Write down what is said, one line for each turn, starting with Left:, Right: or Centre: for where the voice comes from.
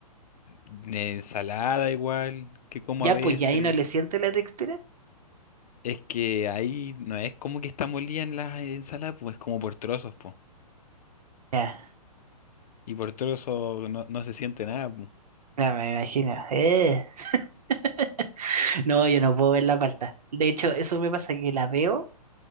Left: La ensalada igual, que como
Right: Ya,
Left: a veces.
Right: pues ya ahí no le siente la textura.
Left: Es que ahí no es como que está molida en las ensaladas, pues es como por trozos, pues.
Right: Ya,
Left: Y por trozos no, no se siente nada, pues.
Right: ya me imagino. Eh. <laughs> No, yo no puedo ver la palta. De hecho, eso me pasa que la veo